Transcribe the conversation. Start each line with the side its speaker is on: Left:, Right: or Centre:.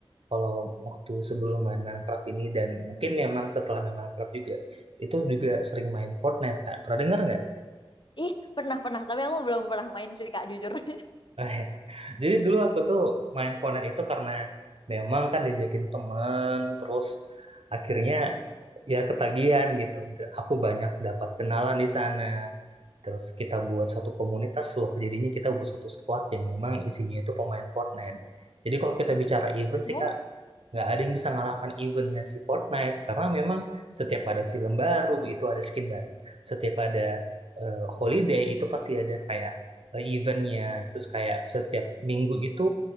Right: kalau waktu sebelum main Minecraft ini dan mungkin memang setelah main Minecraft juga, itu juga sering main Fortnite Kak. Pernah dengar nggak?
Left: Ih, pernah pernah, tapi aku belum pernah main sih Kak, jujur. <laughs>
Right: Oh, ya. Jadi dulu aku tuh main Fortnite itu karena memang kan diajakin temen, terus akhirnya ya ketagihan gitu. D- Aku banyak dapat kenalan di sana. Terus kita buat satu komunitas loh, jadinya kita buat satu squad yang memang isinya itu pemain Fortnite. Jadi kalau kita bicara event
Left: Wow,
Right: sih Kak, nggak ada yang bisa ngalahkan eventnya si Fortnite karena memang setiap ada film baru itu ada skin baru. Setiap ada eh, holiday itu pasti ada kayak eh, eventnya. Terus kayak setiap minggu itu